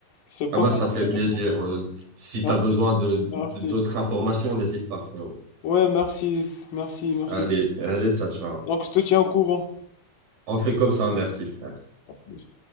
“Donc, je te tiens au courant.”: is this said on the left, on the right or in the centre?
Left